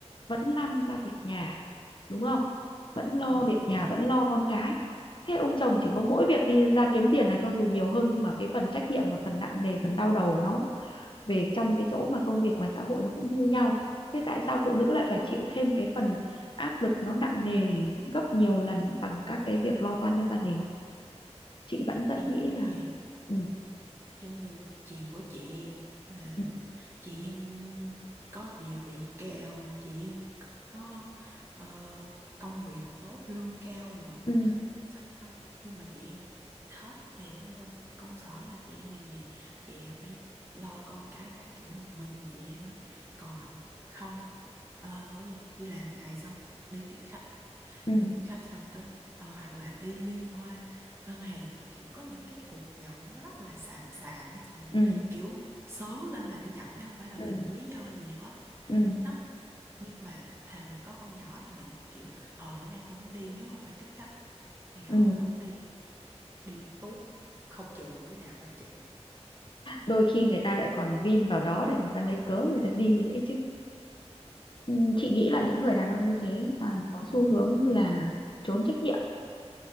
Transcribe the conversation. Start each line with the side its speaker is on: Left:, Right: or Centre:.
Left: vẫn lăn ra việc nhà đúng không vẫn lo
Right: ừ.
Left: việc
Right: dạ,
Left: nhà vẫn lo con cái thế ông chồng chỉ có mỗi việc đi ra kiếm tiền là cho dù nhiều hơn nhưng mà cái phần trách nhiệm và phần nặng nề phần đau đầu nó về trong cái chỗ mà công việc ngoài xã hội nó cũng như nhau thế tại sao phụ nữ lại phải chịu thêm cái phần áp lực nó nặng nề gấp nhiều lần bằng các cái việc lo toan cho gia đình chị vẫn rất
Right: em
Left: nghĩ
Right: thấy
Left: là
Right: vậy
Left: ừ
Right: giống như chuyện của chị em là
Left: ừ
Right: chị em có địa vị cao chị em có ờ, công việc tốt lương cao nữa
Left: ừ
Right: Sao không? Nhưng mà chị em hết việc cái công công sở là chị em về nhà, chị em phải lo con cái các kiểu một mình chị em hết. Còn ông không. Ờ thôi gì, đi làm ngày xong đi tiếp khách,
Left: ừ
Right: đi tiếp khách xong tới ờ, hoặc là đi liên hoan ngân hàng kiểu có những cái cuộc nhậu nó rất là xàm xàm á chị.
Left: ừ
Right: Kiểu sớm lên là đi nhậu chứ không phải là
Left: ừ
Right: vì
Left: ừ
Right: một lý do gì hết.
Left: ừ
Right: Đó, nhưng mà thà mình có con nhỏ thì mình kiểu ờ bữa nay tôi không đi nếu không phải tiếp khách thì
Left: ừ.
Right: thôi không đi đi tốt không chừa cái nào hết chị
Left: đôi khi người ta lại còn vin vào đó để người ta lấy cớ người ta đi đấy chứ Ừ, Chị nghĩ là những người đàn ông như thế à,
Right: ừ
Left: có xu hướng là trốn trách nhiệm,